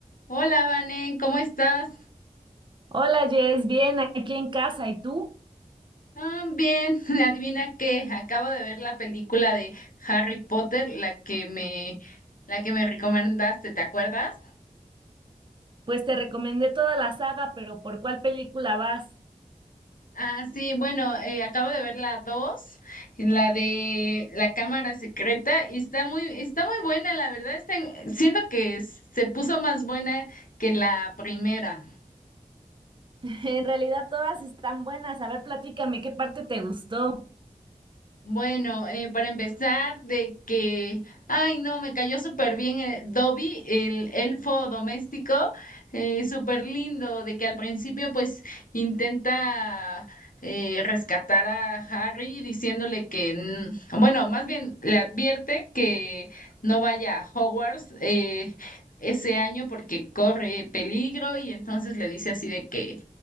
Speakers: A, on the left; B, on the right.
A: Hola, Vanen, ¿cómo estás?
B: Hola Jess, bien, aquí en casa. ¿Y tú?
A: Ah, bien, <laughs> adivina que acabo de ver la película de Harry Potter, la que me, la que me recomendaste, ¿te acuerdas?
B: Pues te recomendé toda la saga, pero ¿por cuál película vas?
A: Ah, sí, bueno, eh, acabo de ver la 2, la de la cámara secreta, y está muy, está muy buena, la verdad, está, siento que se puso más buena que la primera.
B: <laughs> En realidad todas están buenas. A ver, platícame, ¿qué parte te gustó?
A: Bueno, eh, para empezar, de que, ay, no, me cayó súper bien eh, Dobby, el elfo doméstico, eh, súper lindo, de que al principio pues intenta eh, rescatar a Harry diciéndole que, mm, bueno, más bien le advierte que no vaya a Hogwarts eh, ese año porque corre peligro y entonces le dice así de que...